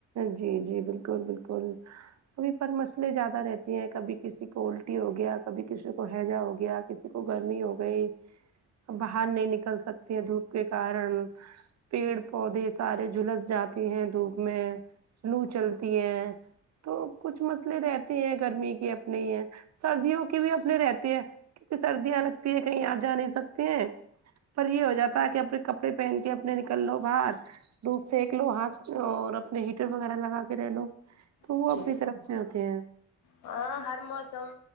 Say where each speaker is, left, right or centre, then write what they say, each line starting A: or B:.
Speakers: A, on the right; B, on the left.
A: جی جی بالکل بالکل کبھی پر مسئلے زیادہ رہتی ہیں کبھی کسی کو الٹی ہو گیا کبھی کسی کو ہیضہ ہو گیا کسی کو گرمی
B: جی
A: ہو گئی باہر نہیں نکل سکتے ہے دھوپ کے کارن پیڑ پودے سارے جلس جاتے ہیں دھوپ میں لو چلتی ہے تو کچھ مسئلے رہتے ہیں گرمی کے اپنے ہی ہیں سردیوں کے بھی اپنے رہتے ہیں کیونکہ سردیاں لگتی ہیں کہیں آ جا نہیں سکتی ہیں پر یہ ہو جاتا ہے کہ اپنے کپڑے پہن کے اپنے نکل لو باہر دھوپ سیک لو ہاتھ اور ہیٹر وغیرہ لگا کے رہ لو تو وہ
B: جی
A: اپنی طرف سے ہوتے ہیں
B: ہاں ہر موسم